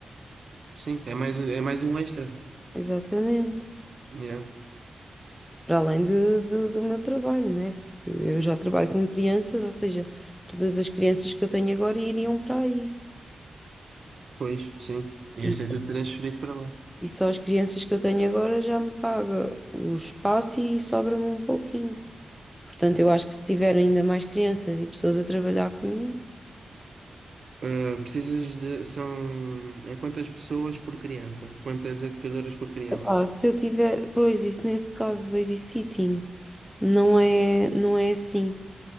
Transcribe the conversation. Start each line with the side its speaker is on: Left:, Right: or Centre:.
Right: Sim, é mais, é mais um extra.
Centre: Exatamente.
Right: Yeah.
Centre: Para além de, de- do meu trabalho, né? Porque eu já trabalho com crianças, ou seja, todas as crianças que eu tenho agora iriam para aí.
Right: Pois, sim. Ia
Centre: E,
Right: ser tudo transferido para lá.
Centre: e só as crianças que eu tenho agora já me paga o espaço e sobra-me um pouquinho. Portanto, eu acho que se tiver ainda mais crianças e pessoas a trabalhar comigo.
Right: Ah, precisas de. São. É quantas pessoas por criança? Quantas educadoras por criança?
Centre: Ah, se eu tiver, pois isso nesse caso de babysitting não é, não é assim.